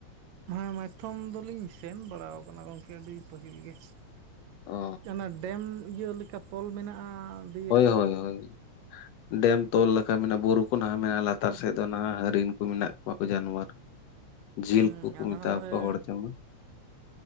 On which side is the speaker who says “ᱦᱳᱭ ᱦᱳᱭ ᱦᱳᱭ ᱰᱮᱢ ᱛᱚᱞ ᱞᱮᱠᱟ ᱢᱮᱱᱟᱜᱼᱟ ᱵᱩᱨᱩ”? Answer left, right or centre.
Left